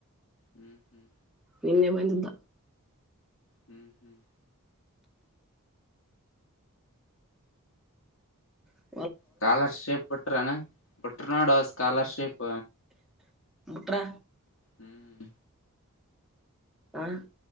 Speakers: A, on the left (about 60°); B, in the centre.
A: ಹ್ಮ್ ಹ್ಮ್
B: ನಿನ್ನೆ ಬಂದಿದ್ದ
A: ಹ್ಮ್ ಹ್ಮ್
B: ಹ್ಮ
A: ಸ್ಕಾಲರ್ಶಿಪ್ ಬಿಟ್ರನಾ ಬಿಟ್ರ ನೋಡು ಸ್ಕಾಲರ್ಶಿಪ್
B: ಟ್ರ
A: ಹ್ಮ್
B: ಆ